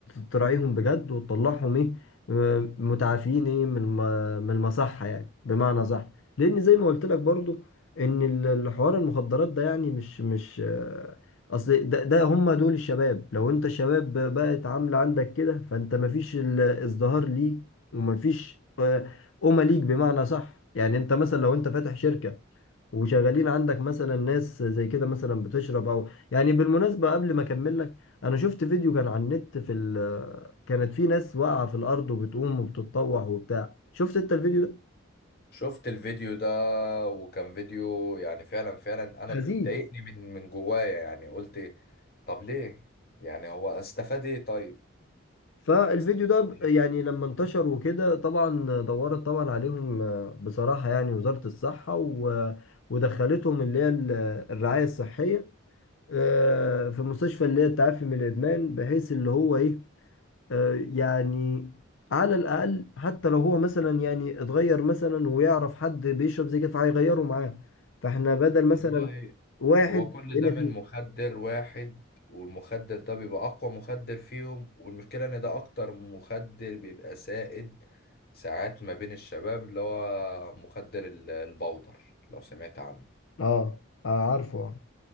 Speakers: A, on the left; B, on the left.
A: بتراعيهم بجد وتطلعهم ايه آه، متعافين ايه من الم- من المصحة يعني بمعنى صح لان زي ما قلت لك برضو ان ال- الحوار المخدرات ده يعني مش مش آه، اصل ده, ده هم دول الشباب لو انت شباب بقت عاملة عندك كده فانت مفيش الازدهار ليك ومفيش أمة ليك بمعنى صح يعني أنت مثلا لو أنت فاتح شركة وشغالين عندك مثلا ناس زي كده مثلا بتشرب أو يعني بالمناسبة قبل ما أكمل لك أنا شفت فيديو كان على النت في ال كانت في ناس واقعة في الأرض وبتقوم وبتتطوح وبتاع شفت أنت الفيديو ده
B: شفت الفيديو ده وكان فيديو يعني فعلا فعلا أنا
A: حزين
B: ضايقني من من جوايا يعني قلت طب ليه يعني هو استفاد إيه طيب
A: فالفيديو
B: استفاد
A: ده ب-
B: إيه
A: يعني لما انتشر وكده طبعا دورت طبعا عليهم آه، بصراحة يعني وزارة الصحة و... ودخلتهم اللي هي ال- الرعاية الصحية آه، في مستشفى اللي هي التعافي من الادمان بحيث اللي هو ايه آه، يعني على الاقل حتى لو هو مثلا يعني اتغير مثلا ويعرف حد بيشرب زي كده فهيغيره معاه فاحنا بدل مثلا
B: والله
A: واحد
B: هو كل
A: الى
B: ده من
A: اتنين
B: مخدر واحد والمخدر ده بيبقى أقوى مخدر فيهم والمشكلة إن ده أكتر مخدر بيبقى سائد ساعات ما بين الشباب اللي هو مخدر ال- البودر لو سمعت عنه
A: اه آه، عارفه اه